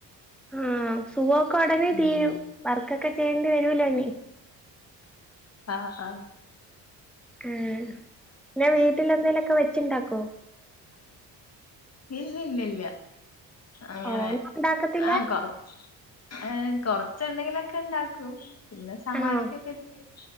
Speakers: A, in the centre; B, on the left (about 30°).
A: ഉം സുഖൊക്കെ ഒടനെ
B: ഉം
A: തീരും. വർക്കൊക്കെ ചെയ്യേണ്ടി വരുവല്ലോ ഇനി.
B: ആഹ് ആഹ്
A: ഏഹ് പിന്നെ വീട്ടിലെന്തേലൊക്കെ വെച്ച്ണ്ടാക്കോ?
B: ഇല്ലല്ലല്ല അങ്ങനെ
A: ഓ ഒന്നും ഉണ്ടാക്കത്തില്ല
B: ആ കൊറച്ച് ഏ കൊറച്ചെന്തെങ്കിലൊക്കെ ണ്ടാക്കും പിന്നെ സഹായിക്കൊക്കെ
A: ആണോ
B: ചെയ്യും